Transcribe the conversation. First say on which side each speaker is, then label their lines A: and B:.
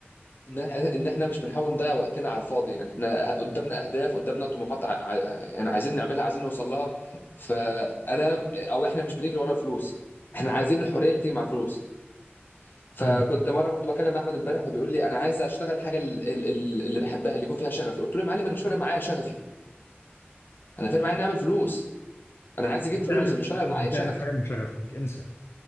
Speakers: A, on the left (about 55°); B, on the left (about 85°).
A: ان احنا إن إحنا مش بنحاول نضيع وقتنا على الفاضي يعني احنا قدامنا اهداف قدامنا طموحات ع... ع... يعني عايزين نعملها عايزين نوصل لها فانا او احنا مش بنجري ورا الفلوس احنا عايزين الحريه اللي بتيجي مع الفلوس فكنت
B: مم.
A: مره برضو بكلم احمد امبارح فبيقول لي انا عايز اشتغل حاجه ال- ال- ال- اللي بحبها اللي يكون فيها شغفي قلت له يا معلم انا مش فارق معايا شغفي انا فارق معايا نعمل فلوس انا عايز اجيب فلوس
B: تعمل
A: انا مش فارق
B: فلوس إلا
A: معايا
B: لما
A: شغفي
B: تعمل حاجه من شغفك انسى